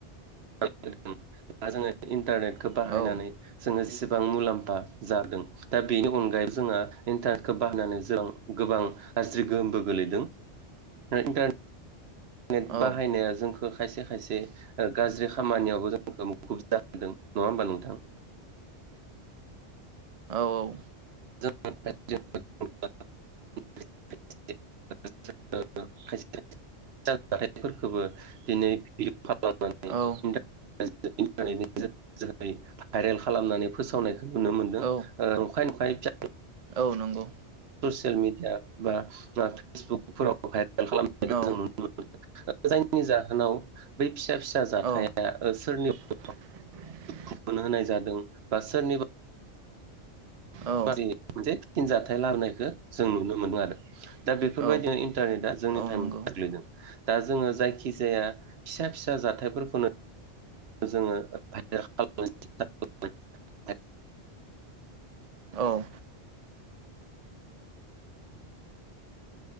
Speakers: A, on the right; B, on the right.
A: <unintelligible> दा जोङो इन्टारनेटखौ बाहायनानै
B: औ
A: जोङो जसेबां मुलाम्फा जादों दा बेनि अनगायै जोंहा इन्टारनेटखौ बाहायनानै जों गो गोबां गाज्रि गोहोमबो गोलैदों आरो इनटार नेट
B: औ
A: बाहायनाया जोंखौ खायसे खायसे ओ गाज्रि खामानियावबो जोंखौ मुखुबजाहोदों नङा होमबा नोंथां
B: <inaudible> औ औ
A: जद <unintelligible> जाथायफोरखौबो दिनै भ खालाम <unintelligible>
B: औ
A: <unintelligible> टारनेतनि जोहै भाइरेल खालामनानै फोसावनायखौ नुनो मोनदों
B: औ
A: ओ फाइन फाइभ <unintelligible>
B: औ नंगौ
A: ससियेल मिडिया बा फेसबुकफोराव भाइरेल खालामनायखौ
B: औ
A: जों नुनो मोनो जायनि जाहोनाव बै फिसा फिसा जाथाया
B: औ
A: सोरनिब
B: <inaudible>
A: खा मोननो होनाय जादों बा सोरनिबा
B: औ
A: <unintelligible> मोनसे थिनजथायाइ लाबोनायखौ जों नुनो मोनो आरो दा बेफोरबायदिनो
B: औ
A: इन्टारनेटआ जोंनि
B: औ
A: टाइमाव
B: नंगौ
A: गोग्लैदों दा जोङो जायखि जाया फिसा फिसा जाथायफोरखौनो जोङो बाइेर <unintelligible> खालामस्था खालामो <unintelligible> <unintelligible>
B: औ औ